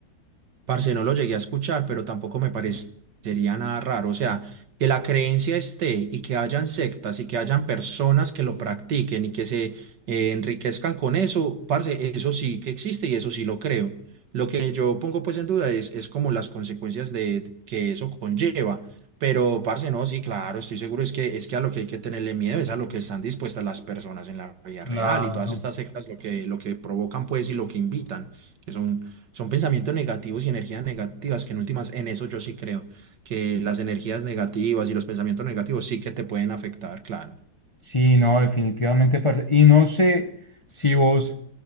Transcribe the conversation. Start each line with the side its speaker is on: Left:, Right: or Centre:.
Right: Parce, no lo llegué a escuchar, pero tampoco me parecería nada raro. O sea, que la creencia esté y que hayan sectas y que hayan personas que lo practiquen y que se eh, enriquezcan con eso, parce, eso sí que existe y eso sí lo creo. Lo que yo pongo pues en duda es, es como las consecuencias de que eso conlleva. Pero, parce, no, sí, claro, estoy seguro es que es que a lo que hay que tenerle miedo es a lo que están dispuestas las personas en la vida
Left: Claro.
Right: real y todas estas sectas lo que, lo que provocan pues y lo que invitan, que son son pensamientos negativos y energías negativas, que en últimas, en eso yo sí creo, que las energías negativas y los pensamientos negativos sí que te pueden afectar, claro.
Left: Sí, no, definitivamente, parce. Y no sé si vos